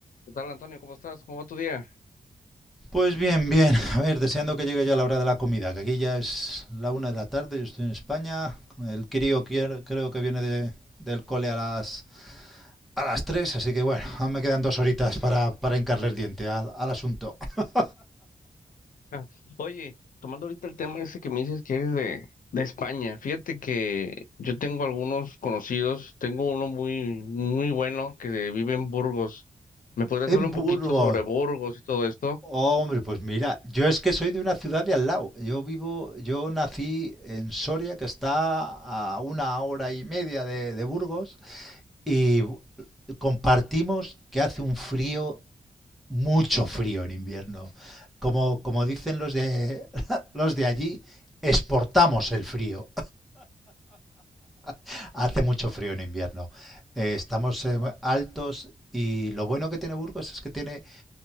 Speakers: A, on the left (about 80°); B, in the centre.
A: ¿Qué tal, Antonio? ¿Cómo estás? ¿Cómo va tu día?
B: Pues bien, bien. <laughs> A ver, deseando que llegue ya la hora de la comida, que aquí ya es la una de la tarde, yo estoy en España. El crío quier- creo que viene de- del cole a las, a las tres, así que bueno, aún me quedan dos horitas para, para hincarle el diente al, al asunto. <laughs>
A: Ah, oye, tomando ahorita el tema ese que me dices que eres de, de España, fíjate que yo tengo algunos conocidos, tengo uno muy, muy bueno que vive en Burgos. ¿Me podrías
B: En
A: hablar un
B: Burgos.
A: poquito sobre Burgos y todo esto?
B: Hombre, pues mira, yo es que soy de una ciudad de al lado. Yo vivo, yo nací en Soria, que está a una hora y media de, de Burgos, y compartimos que hace un frío mucho frío en invierno. Como, como dicen los de, <laughs> los de allí, exportamos el frío. <laughs> Hace mucho frío en invierno. Eh, estamos eh, altos y lo bueno que tiene Burgos es que tiene